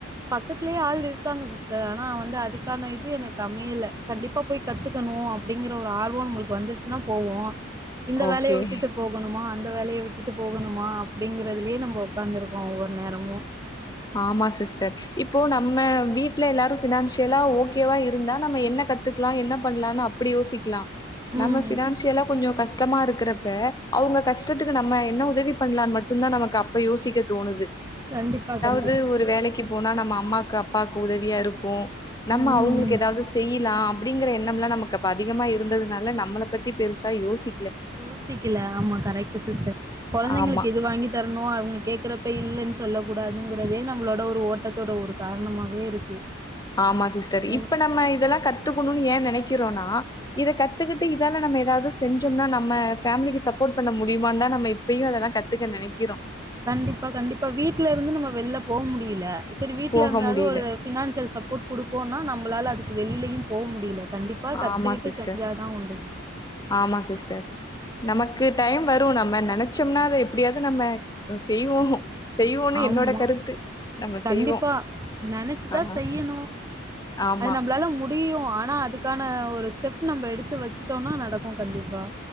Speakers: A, on the right; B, on the left.
A: பக்கத்திலேயே ஆள் இருக்காங்க சிஸ் டர் ஆனா வந்து அதுக்கான இது எனக்கு அமையல கண்டிப்பா போய் கத்துக்கணு அப்டிங்கிற ஒரு ஆர்வோ நம்பளுக்கு வந் ச்சுன்னா போவோ இந்த வேலயை
B: ஓகே
A: விட்டுட்டு போகணுமா அந் த வேலயை விட்டுட்டு போகணுமா அப்டிங்கறதுலியே நம்ப ஒக்காந்துருக்கோ ஒவ்வொரு நேரமு
B: ஆமா சிஸ்டர் இப்போ நம்ம வீட்ல எல்லாரு பினான்சியலா ஓகேவா இருந்தா நம்ம என்ன கத்துக்கலா என்ன பண்ணலானு அப்டி யோசிக்கலா
A: ம்
B: நம்ம பினான்சியலா கொஞ்ச கஷ்டமா இருக்கறப்ப அவங்க கஷ்டத்துக்கு நம்ம என்ன உதவி பண்ணலானு மட்டுதா நமக்கு அப்ப யோசிக்க தோணுது
A: கண்டிப்பா கண்
B: வந்து ஒரு வேலைக்கு போனா நம்ம அம்மாக்கு அப்பாக்கு உதவியா இருக்கு நம்ம
A: ம்
B: அவங்களுக்கு ஏதாவது செய்யலா அப்படிங்கிற எண்ணம்லா நமக்கு அ அதிகமா இருந்ததுனால நம்மல பத்தி பெருசா யோசிக்
A: யோசிக்கல ஆமா கரெக்ட் சிஸ்டர் குழந்தைங்களுக்கு
B: ஆமா
A: இது வாங்கி தரணு அவங்க கேக்குறப்ப இல்லனு சொல்ல கூடாதுங்கிறதே நம்மளோட ஒரு ஓட்டத்தோட ஒரு காரணமாவே இருக்கு
B: ஆமா சிஸ்டர்
A: ம்
B: இப்ப நம்ம இதெல்லா கத்துக்கணு ஏன் நினைக்கிறோனா இத கத்துக்கிட்டு இதனால நம்ம ஏதாவது செஞ்சோம்னா நம்ம பேமிலிக்கு சப்போர்ட் பண்ண முடியமா தா நம்ம இப்பயு அதெல்லா கத்துக்க நினைக்கிறோ
A: கண்டிப்பா கண்டிப்பா வீட்ல இருந்து நம்ம வெளில போ முடியல செரி வீட்டல
B: போக
A: இருந்தாவது
B: முடியல
A: ஒரு பினான்சியல் சப்போர்ட் கொடுப்போம்னா நம்மளால அதுக் வெளியிலயு போ முடியல கண்டிப்பா கத்துக்கிட்டு
B: ஆமா சிஸ்டர்
A: செஞ்சாதா உண்டு
B: ஆமா சிஸ்டர் நமக்கு டைம் வரு நம்ம நினைச்சோம்னா அத எப்படியாவது நம்ம செய்வோ செய்வோன்னு
A: ஆமா
B: என்னோட கருத்து நம்ம
A: கண்டிப்பா
B: செய்வோ
A: நினைச்சுதா
B: ஆ
A: செய்யணு
B: ஆமா
A: அது நம்மளால முடியு ஆனா அதுக்கான ஒரு ஸ்டெப் நம்ம எடுத்து வச்சிட்டோனா நடக்கு கண்டிப்பா